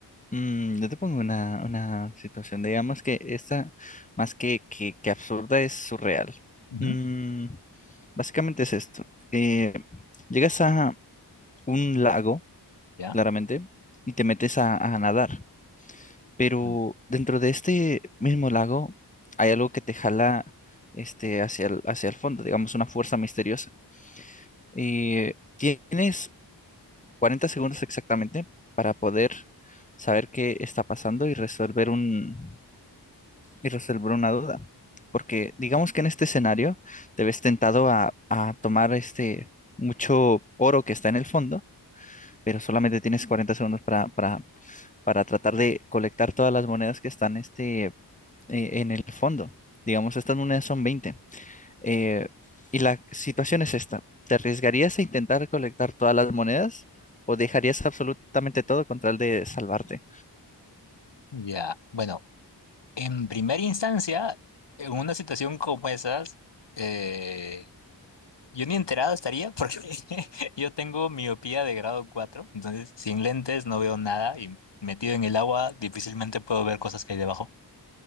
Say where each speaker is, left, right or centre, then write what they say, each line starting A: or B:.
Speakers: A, on the left; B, on the left.
A: mm, yo te pongo una, una situación, digamos que esta, más que, que, que absurda, es surreal.
B: ujú,
A: Mm, básicamente es esto. Eh, llegas a un lago.
B: ¿Ya?
A: claramente, y te metes a, a nadar. Pero
B: Mm,
A: dentro de este mismo lago hay algo que te jala este, hacia el, hacia el fondo, digamos, una fuerza misteriosa. Y tienes 40 segundos exactamente para poder saber qué está pasando y resolver un, y resolver una duda. Porque digamos que en este escenario te ves tentado a, a tomar este mucho oro que está en el fondo, pero solamente tienes 40 segundos para, para para tratar de colectar todas las monedas que están este, eh, en el fondo. Digamos, estas monedas son veinte Eh, y la situación es esta. ¿Te arriesgarías a intentar recolectar todas las monedas o dejarías absolutamente todo con tal de salvarte?
B: Ya. Bueno, en primera instancia, en una situación como esas, eh, yo ni enterado estaría porque <laughs> yo tengo miopía de grado cuatro, Entonces, sin lentes no veo nada y metido en el agua difícilmente puedo ver cosas que hay debajo.